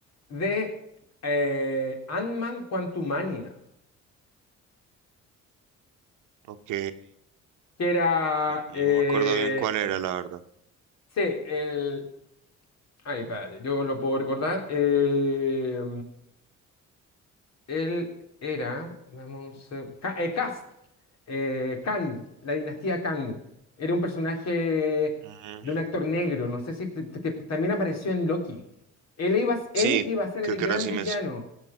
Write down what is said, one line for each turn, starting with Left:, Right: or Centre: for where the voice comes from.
Left: de eh, Ant-Man Quantumania,
Right: Ok,
Left: que era.
Right: no
Left: eh,
Right: me acuerdo bien cuál era, la verdad.
Left: sí, el. Ay, espérate, yo lo puedo recordar. eh, Él era, dame un seg- Ka- eh, Kast, eh, Kang, la dinastía Kang. Era un personaje
Right: Ujú.
Left: de un actor negro, no sé si te- te- te- también apareció en Loki. Él iba, a-
Right: Sí,
Left: él iba a ser
Right: creo
Left: el
Right: que
Left: gran
Right: era así
Left: villano,
Right: mismo.